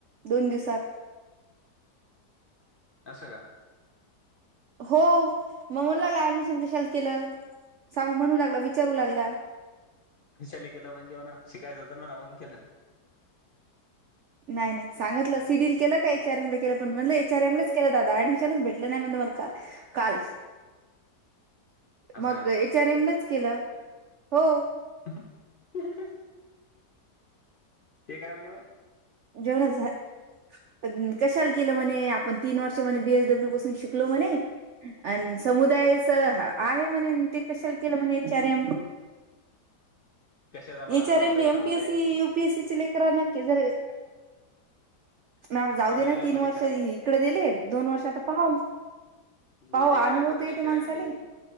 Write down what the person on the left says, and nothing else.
असं का?
खुशा केलं म्हणजे म्हणा शिकायचं होतं ना म्हणून मग केलं.
असं
का
हू <inaudible> ते काय म्हणे मग.
कशाचा म्हणा
समुदाय
समुदाय
पण
मले
कराय
मले करायचं
होतं
नेचर
एमले